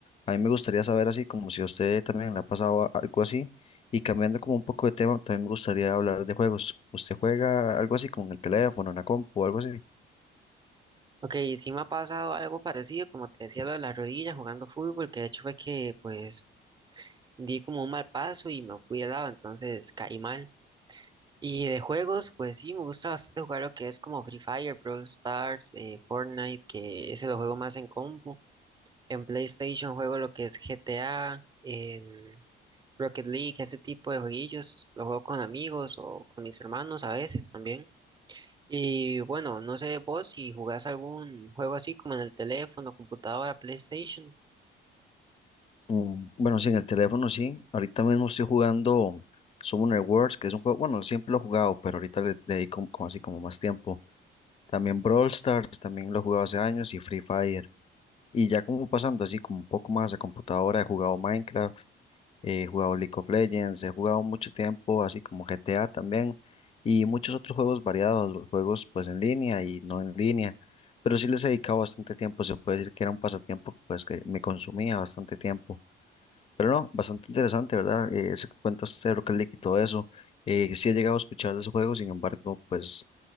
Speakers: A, on the left; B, on the right.
A: A mí me gustaría saber así, como si a usted también le ha pasado a- algo así. Y cambiando como un poco de tema, también me gustaría hablar de juegos. ¿Usted juega algo así como en el teléfono, en la compu o algo así?
B: Ok, sí me ha pasado algo parecido, como te decía, lo de la rodilla jugando fútbol, que de hecho fue que pues di como un mal paso y me fui de lado, entonces caí mal. Y de juegos, pues sí, me gusta bastante jugar lo que es como Free Fire, Brawl Stars, eh, Fortnite, que ese lo juego más en compu. En PlayStation juego lo que es GTA, em, Rocket League, ese tipo de jueguillos. Lo juego con amigos o con mis hermanos a veces también. Y bueno, no sé vos si jugás algún juego así como en el teléfono, computadora, PlayStation.
A: Mm, Bueno, sí, en el teléfono sí. Ahorita mismo estoy jugando Summoner Wars, que es un juego, bueno, siempre lo he jugado, pero ahorita le le dedico como como así como más tiempo. También Brawl Stars, también lo he jugado hace años y Free Fire. Y ya como pasando así como un poco más a computadora, he jugado Minecraft, he jugado League of Legends, he jugado mucho tiempo así como GTA también y muchos otros juegos variados, los juegos pues en línea y no en línea. Pero sí les he dedicado bastante tiempo, se puede decir que era un pasatiempo pues que me consumía bastante tiempo. Pero no, bastante interesante, ¿verdad? Eh, eso que cuenta usted, Rocket League y todo eso. Eh, sí he llegado a escuchar de ese juego, sin embargo, pues